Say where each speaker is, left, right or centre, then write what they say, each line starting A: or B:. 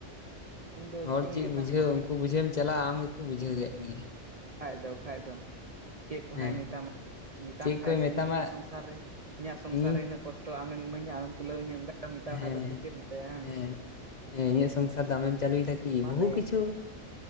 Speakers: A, on the right; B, on the left.
A: ᱤᱧ ᱫᱚ
B: ᱦᱚᱲ
A: ᱪᱮᱫ ᱤᱧ
B: ᱪᱮᱜ
A: ᱢᱮᱱᱟ
B: ᱵᱩᱡᱷᱟᱹᱣ
A: ᱢᱟᱱᱮ
B: ᱩᱱᱠᱩ ᱵᱩᱡᱷᱟᱹᱣᱮᱢ ᱪᱟᱞᱟᱜᱼᱟ ᱟᱢ ᱜᱮᱠᱚ ᱵᱩᱡᱷᱟᱹᱣ ᱠᱮᱜ ᱢᱮᱜᱮ ᱾
A: ᱠᱷᱟᱡ ᱫᱚ ᱠᱷᱟᱡ ᱫᱚ ᱾ ᱪᱮᱫ ᱠᱚ
B: ᱦᱮᱸ
A: ᱦᱟᱸᱜ ᱮ ᱢᱮᱛᱟᱢᱟ ᱢᱮᱛᱟᱢ
B: ᱪᱮᱫ
A: ᱠᱷᱟᱡ
B: ᱠᱚᱭ
A: ᱡᱩᱫᱤ
B: ᱢᱮᱛᱟᱢᱟ
A: ᱤᱧᱟᱹᱜ ᱥᱚᱝᱥᱟᱨ ᱨᱮ ᱤᱧᱟᱹᱜ ᱥᱚᱝᱥᱟᱨ
B: ᱤᱧ
A: ᱨᱮ ᱤᱱᱟᱹᱜ ᱠᱚᱥᱼᱼ ᱛᱚ ᱟᱢᱮᱢ ᱤᱢᱟᱹᱧᱟ ᱟᱢ ᱠᱩᱞᱟᱹᱣᱟᱹᱧᱟ ᱚᱱᱠᱟᱣ ᱢᱮᱛᱟᱢ
B: ᱦᱮᱸ
A: ᱠᱷᱟᱡ ᱫᱚ ᱛᱚ ᱪᱮᱜ ᱮᱢ ᱢᱮᱛᱟᱭᱟ ᱦᱟᱝ
B: ᱦᱮᱸ
A: ᱾
B: ᱦᱮᱸ ᱤᱧᱟᱹᱜ ᱥᱚᱝᱥᱟᱨ ᱫᱚ ᱟᱢᱮᱢ ᱪᱟᱹᱞᱩᱭ ᱫᱟᱠᱤ
A: ᱢᱟᱱᱮ
B: ᱵᱩᱦᱩ ᱠᱤᱪᱷᱩ